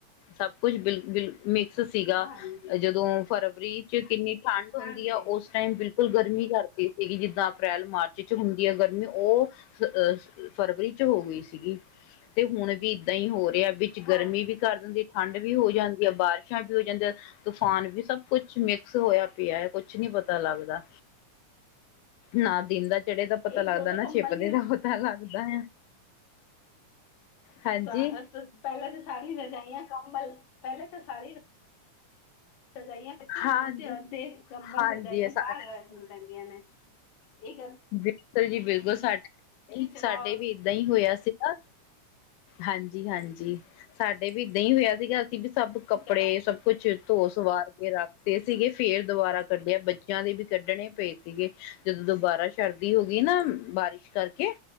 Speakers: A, on the left; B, on the left.
A: ਸਭ ਕੁਛ ਬਿਲ-ਬਿਲ ਮਿਕ ਸੀਗਾ
B: ਹਾਂਜੀ
A: ਜਦੋਂ ਫਰਵਰੀ ਚ ਕਿੰਨੀ ਠੰਢ ਹੁੰਦੀ
B: ਹਾਂਜੀ
A: ਆ ਓਸ ਟਾਈਮ ਬਿਲਕੁੱਲ ਗਰਮੀ ਕਰਤੀ ਸੀਗੀ ਜਿੱਦਾਂ ਅਪ੍ਰੈਲ, ਮਾਰਚ ਚ ਹੁੰਦੀ ਆ ਗਰਮੀ ਓ ਅ ਸ ਫਰਵਰੀ ਚ ਹੋ ਗਈ ਸੀਗੀ। ਤੇ ਹੁਣ ਵੀ ਇਦਾਂ ਈ ਹੋ ਰਿਆ ਵਿੱਚ
B: ਹਾਂਜੀ
A: ਗਰਮੀ ਵੀ ਕਰ ਦਿੰਦੀ ਠੰਡ ਵੀ ਹੋ ਜਾਂਦੀ ਆ ਬਾਰਿਸ਼ਾਂ ਵੀ ਹੋ ਜਾਂਦੀਆਂ ਤੂਫਾਨ ਵੀ ਸਭ ਕੁਛ ਮਿਕਸ ਹੋਇਆ ਪਿਆ ਐ ਕੁਛ ਨੀ ਪਤਾ ਲੱਗਦਾ। ਨਾ ਦਿਨ ਦਾ ਚੜ੍ਹੇ ਦਾ ਪਤਾ
B: ਇੱਕ
A: ਲੱਗਦਾ
B: ਦੋ ਤੇ
A: ਨਾ
B: ਕੰਬਲ
A: ਛਿਪਦੇ
B: ਵੀ
A: ਦਾ। ਤਾ ਲੱਗਦਾ ਆ। ਹਾਂਜੀ
B: ਪਾਂ ਪ ਪੈਲਾ ਤਾਂ ਸਾਰੀ ਰਜਾਈਆਂ, ਕੰਬਲ ਪੈਲੇ ਤਾਂ ਸਾਰੀ ਰ ਰਜਾਈਆਂ ਕਿਉਂਕਿ
A: ਹਾਂਜੀ
B: ਹੁਣ ਤੇ ਅੱਧੇ ਕੰਬਲ,
A: ਹਾਂਜੀ
B: ਰਜਾਈਆਂ
A: ਸਾ-
B: ਬਾਰ ਰੱਖਣੀ ਪੈਂਦੀਆ ਨੇ। ਏ ਗੱਲ
A: ਬਿਲਕੁੱਲ ਜੀ ਬਿਲਕੁੱਲ ਸਾਡੇ <unintelligible>
B: ਚਲਾਓ
A: ਸਾਡੇ ਵੀ ਏਦਾਂ ਹੋਇਆ ਸੀਗਾ ਹਾਂਜੀ-ਹਾਂਜੀ ਸਾਡੇ ਵੀ ਏਦਾਂ ਈ ਹੋਇਆ ਸੀਗਾ। ਵੀ ਸਭ ਕੱਪੜੇ
B: ਚਲਾ
A: ਸਭ ਕੁੱਛ ਧੋ ਸਵਾਰ ਕੇ ਰੱਖਤੇ ਸੀਗੇ ਫੇਰ ਦੁਬਾਰਾ ਕੱਢਿਆ ਬੱਚਿਆਂ ਦੇ ਵੀ ਕੱਢਣੇ ਪਏ ਸੀਗੇ। ਜਦੋਂ ਦੁਬਾਰਾ ਸ਼ਰਦੀ ਹੋਗੀ ਨਾ ਬਾਰਿਸ਼ ਕਰਕੇ